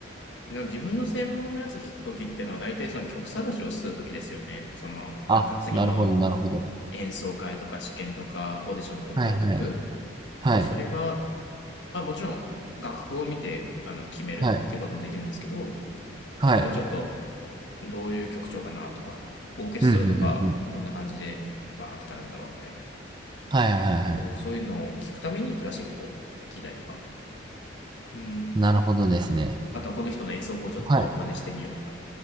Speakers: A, on the left (about 65°); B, on the right (about 25°).
A: な自分の専門のやつ聞くときっていうのは、大体その曲探しをするときですよね。その、
B: あ、
A: なんか次の
B: なるほどなるほど。
A: 演奏会とか試験とかオーディションで歌う曲。
B: はいはい。はい。
A: でそれが、まあもちろん楽譜を見て、あの、決めるっていうこともできるんですけど、
B: はい。はい。
A: あ、じゃあちょっと、どういう曲調かなとか、オーケストラとか、
B: ふんふんふんふん。
A: どんな感じでバーンってなるんだろうみたいな。
B: はいはいはいはい。
A: そうそういうのを聞くためにクラシックを聴いたりとか。うん。
B: なるほどですね。
A: あとはこの人の演奏法をちょっと真似してみようとか、
B: はい。